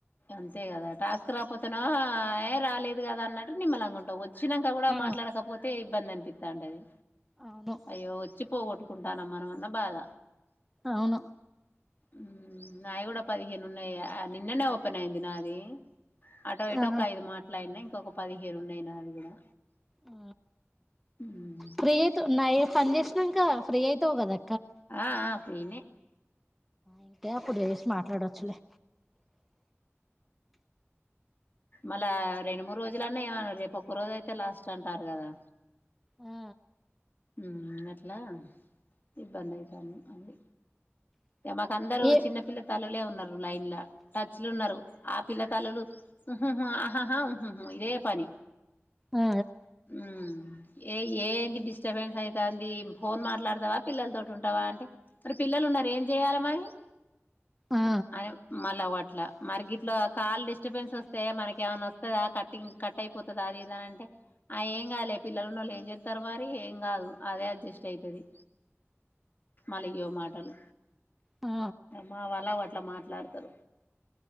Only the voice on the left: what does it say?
అంతే కదా టాస్క్ రాపోతేనా ఏ రాలేదు కదా అన్నట్టు నిమ్మలంగ ఉంటవు వచ్చినంక కూడా
మాట్లాడకపోతే ఇబ్బంది అనిపిస్తాంటది
అయ్యో వచ్చి పోగొట్టుకుంటానమనమన్నా బాధ
ఊ నాయి కూడా పదిహేను ఉన్నాయి ఆ నిన్ననే ఓపెన్ అయింది నాది అటో ఇటో
ఒక ఐదు మాట్లయినయ్ ఇంకొక పదిహేను ఉన్నయి నావి కూడా
ఉమ్
ఆ ఆ ఫ్రీనే
మళ్ళా రెండు మూరు రోజులన్న ఏమన్నరు రేపు ఒక్క రోజు అయితే లాస్ట్ అంటారు కదా
ఊ అట్లా ఇబ్బంది ఐతాంది అన్ని ఇగ మాకు అందరు
చిన్నపిల్ల తల్లులే ఉన్నరు ఇండ్ల టచ్లున్నారు ఆ పిల్లతల్లులు హు హు ఆ హా హా ఉ హు ఇదే పని
ఊ ఏ ఏంటి డిస్టర్బెన్స్ అయితాంది ఫోన్ మాట్లాడతావా పిల్లల తోటి ఉంటావా అంటే మరి పిల్లలు న్నరు ఏం చెయ్యాలే మరి
అని మళ్ళ అవ్వట్లా మరి గిట్ల కాల్ డిస్టర్బెన్స్ వస్తే మనక ఏమన్నా వస్తదా కట్టింగ్ కట్ అయి అయిపోతది అది ఈధాన అంటే ఆ ఏం కాదులే పిల్లలు ఉన్నోళ్లు ఏం చెతారు మరి ఏం కాదు అదే అడ్జస్ట్ అయితది మళ్ళ ఇయ్యో మాటలు
మా వాళ్ళ అట్లా మాట్లాడతరు